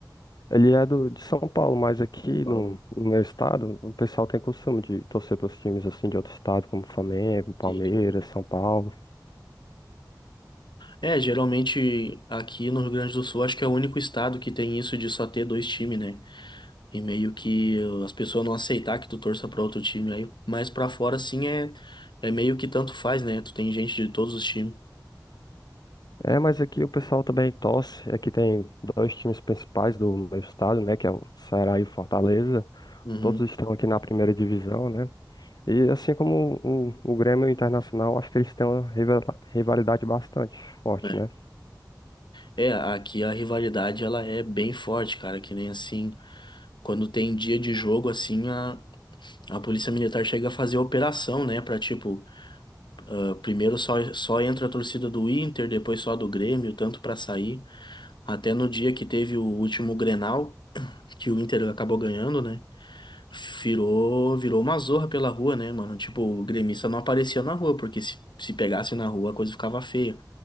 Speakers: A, on the left; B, on the left.
A: Ele é do, de São Paulo, mas aqui
B: São Paulo.
A: no, no meu estado, o pessoal tem costume de torcer para os times assim de outro estado, como Flamengo,
B: Entendi.
A: Palmeiras, São Paulo.
B: É, geralmente aqui no Rio Grande do Sul, acho que é o único estado que tem isso de só ter dois times, né? E meio que uh, as pessoas não aceitar que tu torça pra outro time aí. Mas pra fora, sim, é, é meio que tanto faz, né? Tu tem gente de todos os times.
A: É, mas aqui o pessoal também torce. Aqui tem dois times principais do meu estado, né, que é o Ceará e o Fortaleza.
B: Uhum.
A: Todos estão aqui na primeira divisão, né? E assim como o, o Grêmio e o Internacional, acho que eles têm uma rival- rivalidade bastante forte,
B: né?
A: né?
B: É, aqui a rivalidade ela é bem forte, cara, que nem assim, quando tem dia de jogo assim, a, a Polícia Militar chega a fazer operação, né, Pra, tipo, ah, primeiro só só entra a torcida do Inter, depois só a do Grêmio, tanto pra sair, até no dia que teve o último Grenal, que o Inter acabou ganhando, né? Virou, virou uma zorra pela rua, né, mano? Tipo, o gremista não aparecia na rua, porque se, se pegasse na rua a coisa ficava feia.